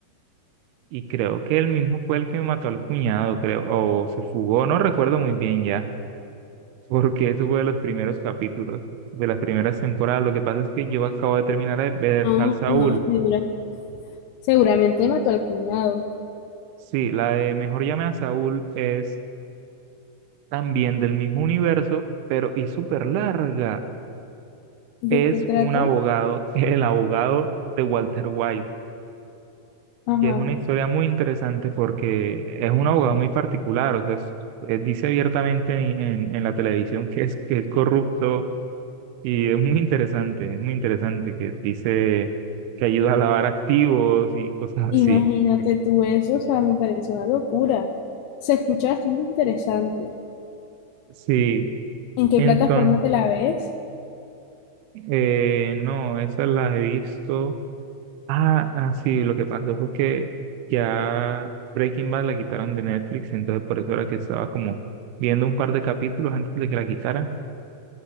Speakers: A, on the right; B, on the left.
A: y creo que él mismo fue el que mató al cuñado, creo, o se fugó, no recuerdo muy bien ya, <laughs> porque eso fue de los primeros capítulos, de las primeras temporadas. Lo que pasa es que yo acabo de terminar de ver
B: No,
A: Sal Saúl.
B: no, segura- seguramente mató al cuñado.
A: Sí, la de Mejor llame a Saúl es también del mismo universo, pero y súper larga.
B: ¿De
A: Es
B: qué trata?
A: un abogado, <laughs> el abogado de Walter White,
B: Ajá,
A: que es una historia muy interesante porque es un abogado muy particular, o sea, es- él dice abiertamente en, en- en la televisión que es, que es corrupto y es muy interesante, es muy interesante que dice que ayuda a lavar activos y cosas
B: imagínate
A: así.
B: tú eso, o sea, me parece una locura. Se escucha bastante interesante.
A: Sí,
B: ¿En qué
A: entonces,
B: plataforma te la ves?
A: eh, no, esas las he visto. Ah, ah, sí, lo que pasó fue que ya Breaking Bad la quitaron de Netflix, entonces por eso era que estaba como viendo un par de capítulos antes de que la quitaran.